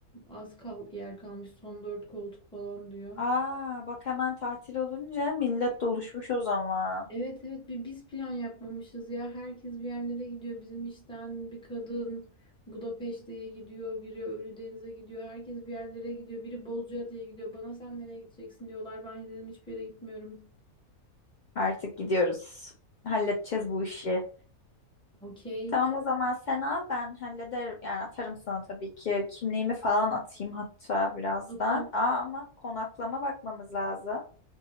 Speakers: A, in the centre; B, on the left.
A: az kal yer kalmış. Son dört koltuk falan diyor.
B: Aa bak hemen tatil olunca millet doluşmuş o zaman.
A: Evet evet bir biz plan yapmamışız ya. Herkes bir yerlere gidiyor. Bizim işten bir kadın Budapeşte'ye gidiyor. Biri Ölüdeniz'e gidiyor. Herkes bir yerlere gidiyor. Biri Bozcaada'ya gidiyor. Bana sen nereye gideceksin diyorlar. Ben dedim hiçbir yere gitmiyorum.
B: Artık gidiyoruz. Halledeceğiz bu işi.
A: Okey.
B: Tamam o zaman sen al ben hallederim. Yani atarım sana tabii ki. Kimliğimi falan atayım hatta birazdan.
A: Ata
B: Aa ama konaklama bakmamız lazım.